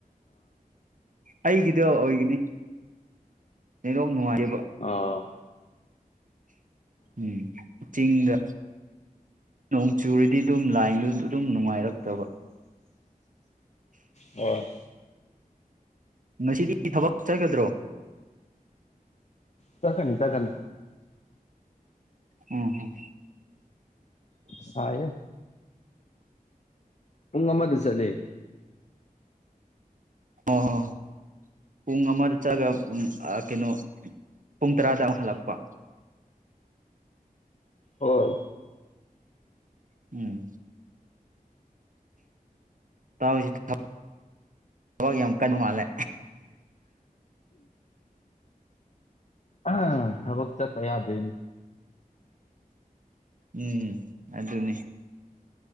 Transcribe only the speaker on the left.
ꯑꯥ
ꯑ
ꯆꯈꯅꯤ ꯆꯒꯅꯤ
ꯁꯥꯏ ꯄꯨꯡ ꯑꯃꯗ ꯆꯠꯂ
ꯍꯣꯏ
ꯑ ꯑ ꯍꯕꯛ ꯇ ꯇ ꯌꯥ ꯇꯦꯟ